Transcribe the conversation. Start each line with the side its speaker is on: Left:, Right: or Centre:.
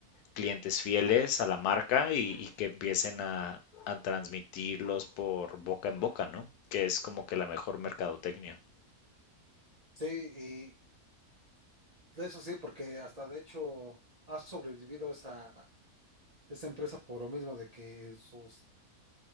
Left: clientes fieles a la marca y, y que empiecen a, a transmitirlos por boca en boca, ¿no? Que es como que la mejor mercadotecnia.
Right: Sí, De eso sí, porque hasta de hecho ha sobrevivido esa, esa empresa por lo mismo de que sus,